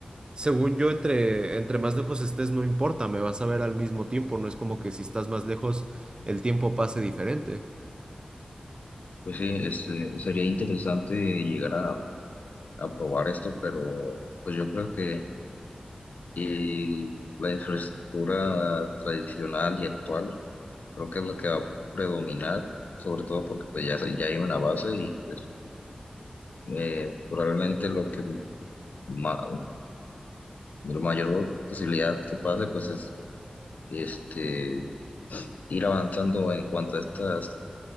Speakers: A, on the right; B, on the left.
A: Según yo, entre, entre más lejos estés, no importa, me vas a ver al mismo tiempo, no es como que si estás más lejos, el tiempo pase diferente.
B: Pues sí, este, sería interesante llegar a, a probar esto, pero pues yo creo que eh, la infraestructura tradicional y actual creo que es la que va a predominar, sobre todo porque pues ya, se- ya hay una base y pues eh, probablemente lo que ma- la mayor posibilidad que pase pues es este, ir avanzando en cuanto a estas